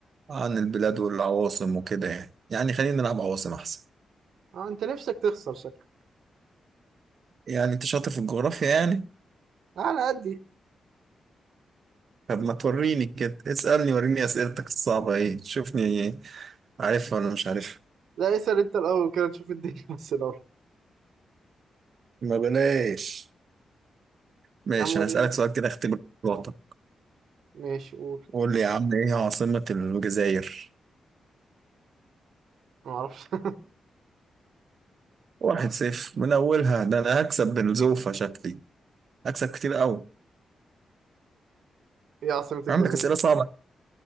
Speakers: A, on the right; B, on the right.
A: عن البلاد والعواصم وكده يعني يعني خلينا نلعب عواصم احسن
B: اه انت نفسك تخسر شكلك
A: يعني انت شاطر في الجغرافيا يعني
B: على قدي
A: طب ما توريني كده اسالني وريني اسئلتك الصعبه ايه شوفني عارفها ولا مش عارفها
B: لا اسأل انت الاول كده تشوف الدنيا <laughs> بس الاول
A: ما بلاش ماشي
B: يا عم وريني
A: انا هسألك سؤال كده اختبر الوطن
B: ماشي قول
A: قول لي يا عم ايه عاصمة الجزائر
B: ما اعرفش <laughs>
A: واحد صفر من اولها ده انا هكسب بنزوفة شكلي هكسب كتير قوي
B: ايه عاصمة الجزائر
A: عندك اسئلة صعبة